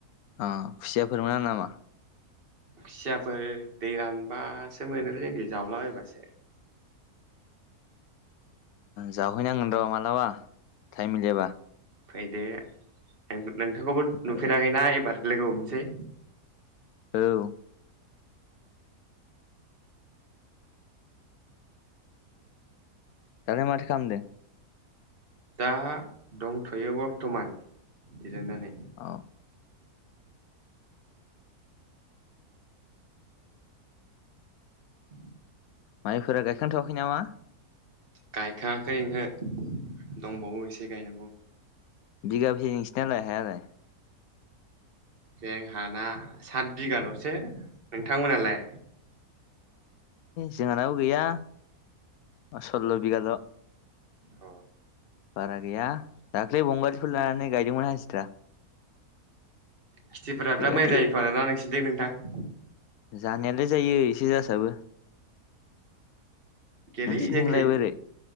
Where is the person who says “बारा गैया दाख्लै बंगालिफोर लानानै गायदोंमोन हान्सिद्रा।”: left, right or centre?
Left